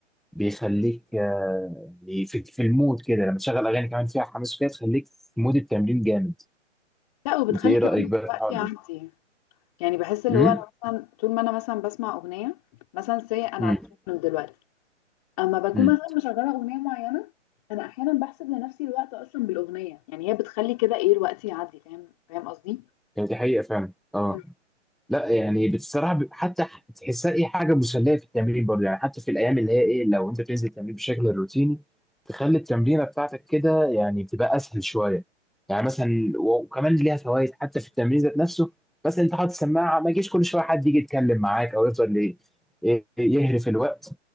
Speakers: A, in the centre; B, on the left (about 30°).
A: بيخليك آه، يعني في في المود كده لما تشغل اغاني كمان فيها حماس وكده تخليك في مود التمرين جامد
B: لا وبتخلي
A: انت ايه
B: كمان
A: رأيك بقى في
B: الوقت
A: الحوار
B: يعدي
A: ده؟
B: يعني بحس اللي
A: امم
B: هو انا مثلا طول ما انا مثلا بسمع اغنية مثلا سي انا
A: امم
B: على التريدميل دلوقتي اما بكون
A: امم
B: مثلا مشغله اغنيه معينه انا احيانا بحسب لنفسي الوقت اصلا بالاغنيه يعني هي بتخلي كده ايه الوقت يعدي فاهم فاهم قصدي
A: يعني دي حقيقة فعلا اه
B: مم.
A: لا يعني بصراحه ب- حتى ح- تحسها ايه حاجه مسليه في التمرين برضه يعني حتى في الايام اللي هي ايه لو انت بتنزل التمرين بشكل روتيني تخلي التمرينه بتاعتك كده يعني تبقى اسهل شويه يعني مثلا و- وكمان ليها فوائد حتى في التمرين ذات نفسه بس انت حاطط سماعه ما يجيش كل شويه حد يجي يتكلم معاك او يفضل ي- إيه يهرف الوقت